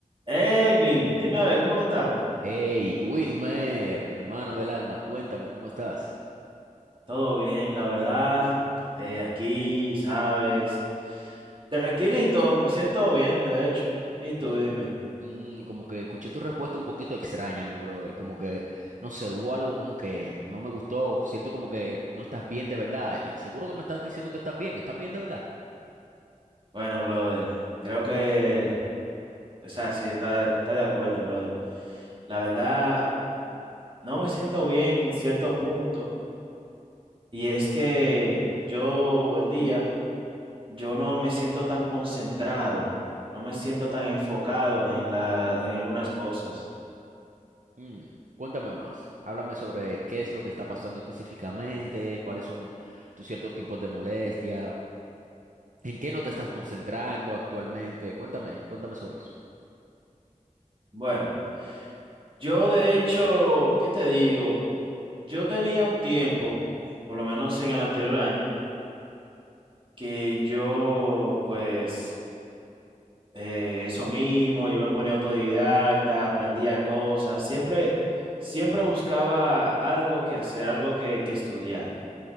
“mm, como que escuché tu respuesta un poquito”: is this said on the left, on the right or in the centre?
Right